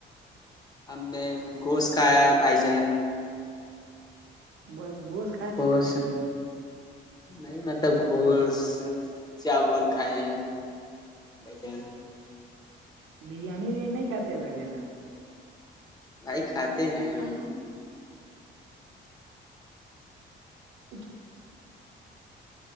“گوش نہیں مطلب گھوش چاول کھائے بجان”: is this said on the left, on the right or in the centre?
Left